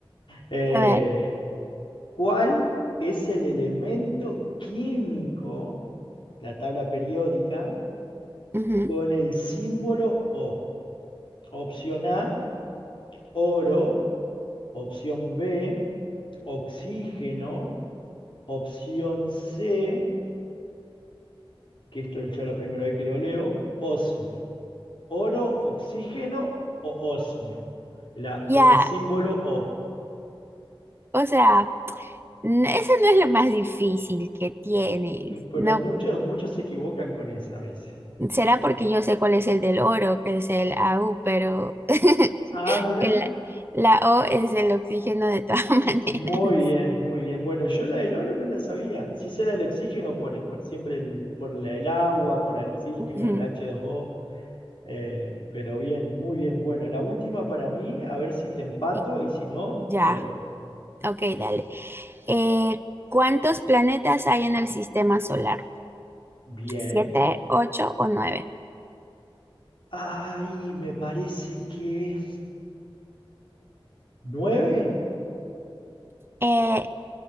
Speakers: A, on the left (about 60°); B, on the right (about 25°).
A: Eh,
B: <laughs> A ver.
A: ¿cuál es el elemento químico, la tabla periódica,
B: ujú.
A: con el símbolo O? Opción A, oro. Opción B, oxígeno. Opción C, que esto es ya la primera vez que lo leo, osmio. Oro, oxígeno o osmio. La-
B: Ya,
A: con el símbolo O.
B: o sea, n- eso no es lo más difícil que tienes.
A: Pero
B: No,
A: muchos, muchos se equivocan con esa a veces.
B: será porque yo sé cuál es el del oro, que es el a u pero <laughs>
A: Ah, mira.
B: el- la O es el oxígeno de todas <laughs> maneras.
A: Muy bien, muy bien. Bueno, yo la del oro no la sabía. Sí sé la del oxígeno por, por siempre, el- por la del agua, por la del oxígeno,
B: Ujú.
A: el H2O. eh, pero bien, muy bien. Bueno, la última para mí, a ver si te empato
B: Y-
A: y si no,
B: Ya,
A: pierdo.
B: ok, dale. Eh, ¿cuántos planetas hay en el sistema solar?
A: Bien.
B: ¿Siete, ocho o nueve?
A: Ay, me parece que... ¿Nueve?
B: Eh,